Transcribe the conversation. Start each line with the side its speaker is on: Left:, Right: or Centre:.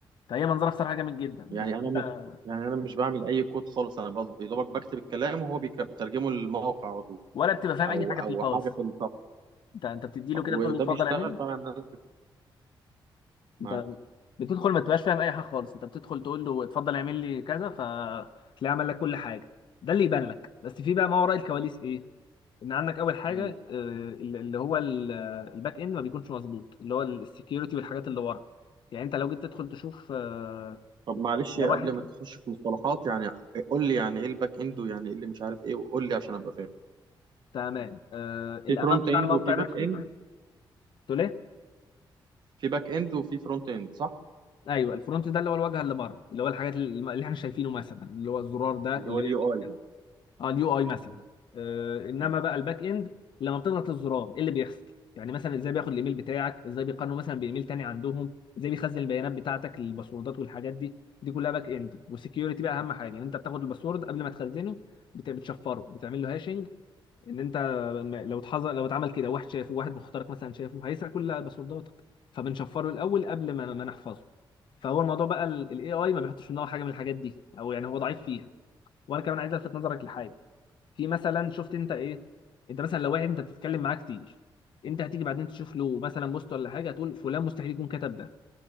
Left: فهي منظره بصراحه جامد جدا
Right: يعني
Left: بس
Right: انا
Left: انت
Right: مش يعني انا مش بعمل اي كود خالص انا بس- يا دوبك بكتب الكلام وهو بيك- بيترجمه للموقع على طول
Left: ولا بتبقى فاهم
Right: او
Left: اي حاجه
Right: او
Left: فيه خالص
Right: حاجه في الصفحه
Left: انت انت بتدي له كده
Right: وده
Left: تقول له اتفضل
Right: بيشتغل
Left: اعمل لي
Right: فعلا الناس بت- معاك
Left: انت بتدخل ما تبقاش فاهم اي حاجه خالص انت بتدخل تقول له اتفضل اعمل لي كذا فتلاقيه عمل لك كل حاجه ده اللي يبان لك بس في بقى ما وراء الكواليس ايه ان عندك اول حاجه
Right: مم.
Left: آه، اللي هو ال- الباك اند ما بيكونش مظبوط اللي هو السكيورتي والحاجات اللي ورا يعني انت لو جيت تدخل تشوف آه،
Right: طب معلش
Left: لو
Right: قبل
Left: واحد
Right: ما تخش في مصطلحات يعني قول لي يعني ايه الباك اند ويعني ايه اللي مش عارف ايه وقول لي عشان ابقى فاهم
Left: تمام آه، الامان
Right: في فرونت
Left: بتاع
Right: اند
Left: الموقع
Right: وفي باك
Left: نفسه
Right: اند
Left: تقول ايه
Right: في باك اند وفي فرونت اند صح
Left: ايوه الفرونت ده اللي هو الواجهه اللي بره اللي هو الحاجات اللي اللي احنا شايفينه مثلا اللي هو الزرار ده
Right: اللي
Left: اللي
Right: هو اليو
Left: بيعمل
Right: اي
Left: كذا
Right: ده
Left: اه اليو اي مثلا
Right: مم.
Left: آه انما
Right: مم.
Left: بقى الباك اند لما بتضغط الزرار ايه اللي بيحصل يعني مثلا ازاي بياخد الايميل بتاعك ازاي بيقارنه مثلا بايميل تاني عندهم ازاي بيخزن البيانات بتاعتك الباسوردات والحاجات دي دي كلها باك اند والسكيورتي بقى اهم حاجه يعني انت بتاخد الباسورد قبل ما تخزنه بت- بتشفره بتعمل له هاشنج ان انت م- لو اتحظر لو اتعمل كده واحد شافه واحد مخترق مثلا شافه هيسرق كل باسورداتك فبنشفره الاول قبل ما ما نحفظه فهو الموضوع بقى الاي اي ما بيحطش في دماغه حاجه من الحاجات دي او يعني هو ضعيف فيها وانا كمان عايز الفت نظرك لحاجه في مثلا شفت انت ايه انت مثلا لو واحد انت بتتكلم معاه كتير انت هتيجي بعدين تشوف له مثلا بوست ولا حاجه هتقول فلان مستحيل يكون كتب ده